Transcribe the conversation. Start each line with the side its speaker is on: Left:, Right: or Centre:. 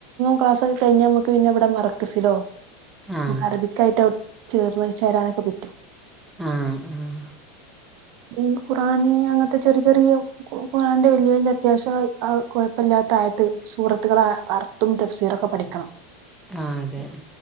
Right: ക്ലാസ്സൊക്കെ കഴിഞ്ഞ നമ്മക്ക് പിന്നെ ഇവിടെ മർക്കസിലോ..
Centre: അആഹ്
Right: അറബിക്കായിറ്റഅ് ചേർന്ന് ചേരാനൊക്കെ പറ്റും
Centre: ആഹ് ആഹ്
Right: ഈ ഖുറാനി അങ്ങൻത്തെ ചെറി ചെറിയോ കു കുറാന്റെ വല്യ വല്യ അത്യാവശ്യാഅ് അഅ് കൊഴപ്പല്ല്യാത്ത ആയത്ത് സൂറത്ത്കളെ അർത്തും ദഫ്സീറൊക്കെ പഠിക്കണം
Centre: ആഹ് അതെ